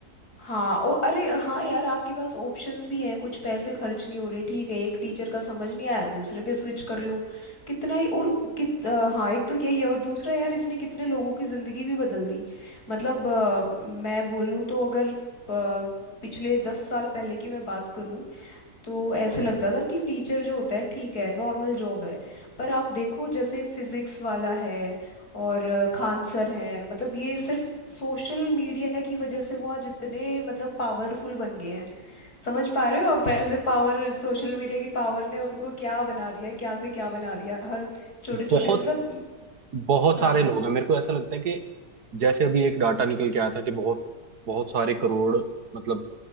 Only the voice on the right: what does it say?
बहुत
बहुत
सारे लोग हैं मेरे को ऐसा लगता है कि जैसे अभी एक डाटा निकल के आया था कि बहुत बहुत सारे करोड़ मतलब